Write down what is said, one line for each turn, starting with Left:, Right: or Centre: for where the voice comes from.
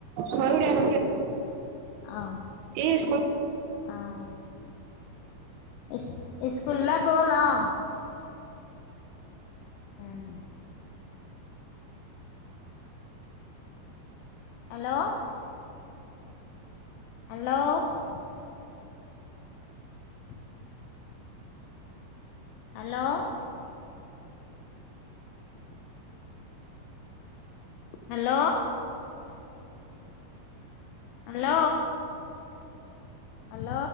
Right: হ'লগে হ'লগে।
Left: অ',
Right: এই স্কুল
Left: অ', ইছ স্কুললে গ'ল অ', উম্, hello, hello, <inaudible> hello! Hello! Hello! Hello!